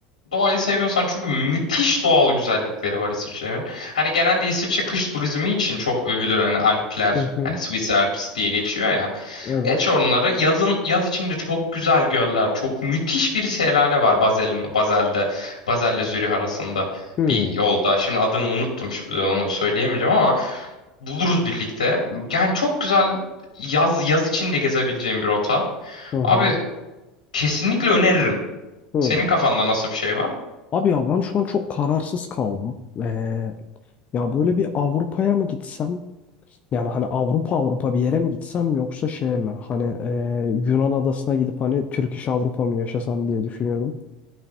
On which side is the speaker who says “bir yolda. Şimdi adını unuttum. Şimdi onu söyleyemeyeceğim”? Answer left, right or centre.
Left